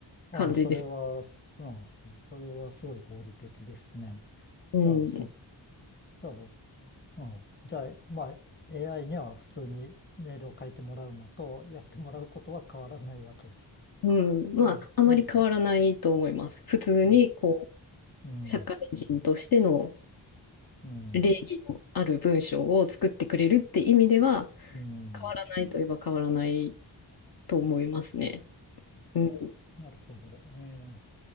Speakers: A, on the left (about 50°); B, on the left (about 25°).
A: 感じです。
B: あ、それは、うん、そそれはすごい合理的ですね。
A: うん
B: じゃあ、そ、じゃあ、うん。じゃあ、まあ、AI には普通にメールを書いてもらうのと、やってもらうことは変わらないわけですか。
A: うん、まあ、
B: う
A: あまり変わらないと思います。普通に、
B: ん。
A: こう、
B: うん。
A: 社会人としての
B: うん。
A: 礼儀のある文章を作ってくれるって意味では、
B: うん。うん。
A: 変わらないといえば変わらないと思いますね。うん。
B: なるほど。ええ。